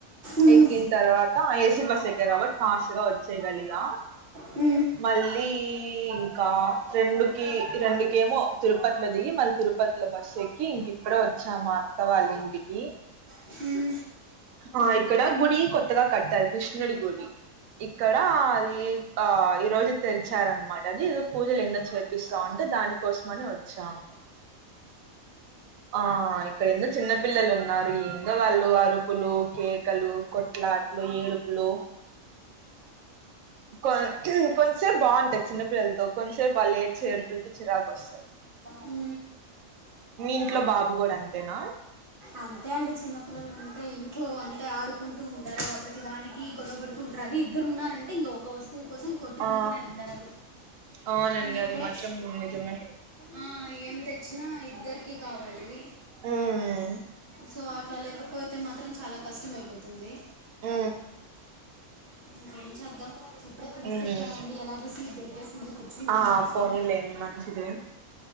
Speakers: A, on the right; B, on the right.
A: ఉమ్.
B: ఎక్కిన తర్వాత ఏసీ బస్ ఎక్క కాబట్టి ఫాస్ట్ గా వచ్చేయ్ గలిగా
A: ఉ
B: మళ్ళీ ఇంకా రెండుకి రెండుకి ఏమో తిరుపతిలో దిగి మళ్ళీ తిరుప ఇట్ల బస్సు ఎక్కి ఇంక ఇప్పుడే వచ్చామా అత్త వాళ్ళ ఇంటికి
A: హ
B: ఆ ఇక్కడ గుడి కొత్తగ కట్టారు కృష్ణుడి గుడి ఇక్కడ అది ఆ ఈ రోజు తెరిచారన్నమాట అది ఏదో పూజలు ఎందో చేపిస్తా ఉంటే దానికోసమని వచ్చాము ఆ ఇక్కడ ఎందో చిన్న పిల్లలు ఉన్నారు ఎందో వాళ్ళు అరుపులు కేకలు కొట్లట్లు ఏడుపులు కొ కొంచెసేపు బాగుంటాయి చిన్నపిల్లలతో కొంచసేపు వాళ్ళు ఏడుపులకి చిరాకు వస్తది
A: ఉ
B: మీ ఇంట్లో బాబు గూడ అంతేన
A: అంతే అండి చిన్న పిల్లలు ఉంటే ఇంట్లో అంతే ఆడుకుంటూ ఉంటార ప్రతి దానికి గొడవ పడు అది ఇద్దరు ఉన్నారంటె ఇంక ఒక వస్ కోసం కొట్టుకుంటూనే
B: ఆ
A: ఉంటారు
B: అవునండి
A: ఇప్పుడే
B: అది మాత్రం నిజమే
A: ఆ, ఏం తెచ్చిన ఇద్దరికి కావాలి
B: ఉమ్
A: సో అట్ల లేకపో అతే మాత్రం చాల కష్టమైపోతుంది
B: ఉ
A: ఇంకేం చేద్దాం ఇప్పుడే బస్
B: ఉమ్
A: ఎక్కామండి ఎలాగో సీట్ దొరికేసింది కూర్చున్నాం
B: ఆ
A: లాస్ట్ లో
B: <unintelligible> మంచిదే